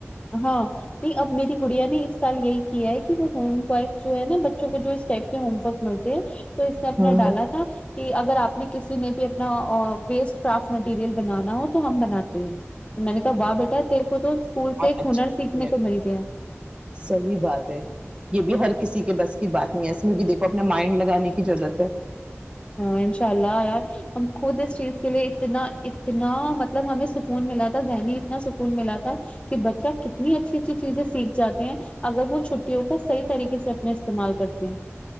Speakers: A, on the left (about 25°); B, on the right (about 20°).
A: ہاں نہیں اب میری گڑیا نے اس سال یہی کیا ہے کہ وہ ہوم ورک جو ہے نا بچوں کو جو اس ٹائپ کے ہوم ورک ملتے ہیں تو اس نے اپنا
B: ہوں
A: ڈالا تھا کہ اگر آپ نے کسی نے بھی اپنا ویسٹ کرافٹ مٹیریل بنانا ہو تو ہم بناتے ہیں میں نے کہا واہ بیٹا تیر کو تو اسکول سے
B: اچا
A: ہنر سیکھنے کو مل گیا
B: صحیح بات ہے یہ بھی ہر کسی کے بس کی بات نہیں ہے اس میں بھی دیکھو اپنے مائنڈ لگانے کی ضرورت ہے
A: ہاں انشاء اللہ یار ہم خود اس چیز کے لیے اتنا اتنا مطلب ہمیں سکون ملا تھا ذہنی اتنا سکون ملا تھا کہ بچہ کتنی اچھی اچھی چیز سیکھ جاتے ہیں اگر وہ چھٹیوں صحیح طریقے سے اپنا استعمال کرتے ہیں